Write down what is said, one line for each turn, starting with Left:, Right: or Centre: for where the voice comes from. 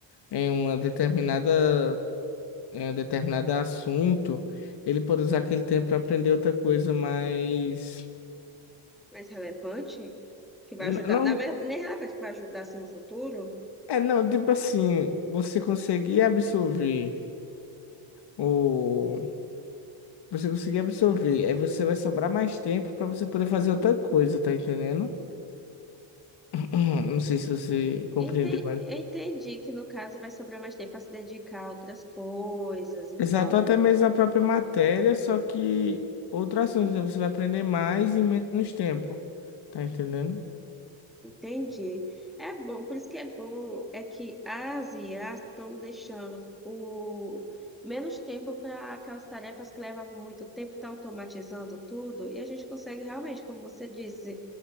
Left: em uma determinada, em um determinado assunto, ele pode usar aquele tempo para aprender outra coisa, mas
Centre: Mais relevante, que vai
Left: n-
Centre: ajudar.
Left: não,
Centre: Na verdade, nem relevante, que vai ajudar assim, no futuro.
Left: é não, tipo assim, você conseguir absorver o Você conseguir absorver. Aí você vai sobrar mais tempo para você poder fazer outra coisa, tá entendendo? <clears throat> Não sei se você compreendeu,
Centre: Ente-
Left: mas.
Centre: Eu entendi que no caso vai sobrar mais tempo para se dedicar a outras coisas e
Left: Exato,
Centre: tal,
Left: até
Centre: né?
Left: mesmo a própria matéria, só que outro assunto, então você vai aprender mais em menos tempo, tá entendendo?
Centre: Entendi. É bom, por isso que é bom, é que as IAs estão deixando o menos tempo para aquelas tarefas que levavam muito tempo, está automatizando tudo, e a gente consegue realmente, como você disse,